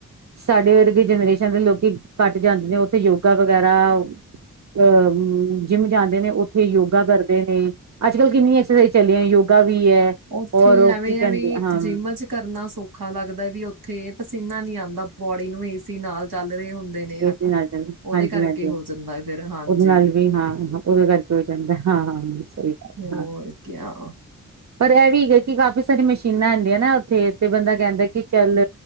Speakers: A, on the right (about 55°); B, on the right (about 80°).
A: ਸਾਡੇ ਵਰਗੇ ਜਨਰੇਸ਼ਨ ਦੇ ਲੋਕੀ ਘੱਟ ਜਾਂਦੇ ਨੇ ਓੱਥੇ ਯੋਗਾ ਵਗੈਰਾ, ਅਹ ਜਿੰਮ ਜਾਂਦੇ ਨੇ ਓੱਥੇ ਯੋਗਾ ਕਰਦੇ ਨੇ, ਅੱਜ ਕੱਲ੍ਹ ਕਿੰਨੀ ਐਕਸਸਾਈਜ਼ ਚੱਲੀਆਂ ਯੋਗਾ ਵੀ ਹੈ
B: ਓੱਥੇ
A: ਔਰ ਉਹ
B: ਐਵੇਂ
A: ਕੀ ਕਹਿੰਦੇ
B: ਆ ਵੀ
A: ਹਾਂ
B: ਜਿੰਮਾਂ ਚ ਕਰਨਾ ਸੌਖਾ ਲੱਗਦਾ ਵੀ, ਓਥ ਉੱਥੇ ਪਸੀਨਾ ਨੀ ਆਂਦਾ ਬੋਡੀ ਨੂੰ ਏਸੀ ਨਾਲ ਚੱਲ ਰਹੇ ਹੁੰਦੇ ਨੇ ਹਨਾ
A: ਇਸ ਨਾਲ ਚੱਲਣਾ,
B: ਉਹਦੇ
A: ਹਾਂਜੀ,
B: ਕਰਕੇ
A: ਹਾਂਜੀ
B: ਹੋ ਜਾਂਦਾ ਫਿਰ ਹਾਂਜੀ
A: ਓਦੇ ਨਾਲ ਵੀ, ਹਾਂ ਓਦੇ ਕਰਕੇ ਹੋ ਜਾਂਦਾ, ਹਾਂ ਹਾਂ ਸਹੀ ਗੱਲ,
B: ਹੋਰ
A: ਹਾ।
B: ਕਿਆ
A: ਪਰ ਐ ਵੀ ਹੈ ਕਿ ਕਾਫ਼ੀ ਸਾਰੀਆਂ ਮਸ਼ੀਨਾਂ ਹੁੰਦੀਆਂ ਨਾ ਉੱਥੇ। ਤੇ ਬੰਦਾ ਕਹਿੰਦਾ ਕਿ ਚੱਲ।